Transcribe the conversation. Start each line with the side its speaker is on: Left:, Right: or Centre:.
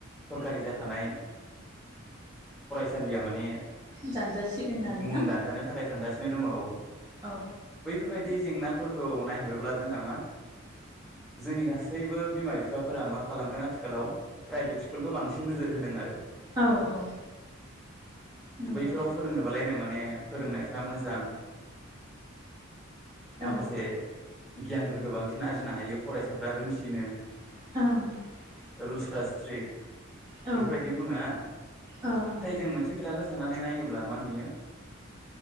Centre: सरखारि जाखानाय सालिया माने
Right: दानजासिगोन होननानै
Centre: मुं
Right: ना
Centre: दानजानो थाखाय थांगासिनो दङ औ
Right: औ
Centre: बैफोरबायदि जेंना फोरखौ नायहरोब्ला जोंहा मा जोंनि गासैबो बिमा बिफाफोरा मा खालामदों आथिखालाव प्राइभेट स्कुलखौ बांसिन नोजोर होदों आरो
Right: औ औ नंगौ
Centre: बैफोराव फोरोङोबालायनो माने फोरोंनायफ्रा मोजां
Right: औ
Centre: माखासे गियानफोरखौ बांसिन आरजिनो हायो फरायसाफ्रा रोंसिनो
Right: <unintelligible>
Centre: रुलसफोरा स्ट्रिक्ट
Right: औ ओ
Centre: बेफोरबायदि बुङोना
Right: ओं
Centre: जों मोनसे खोथाखौ साननानै नायोब्ला मा नुयो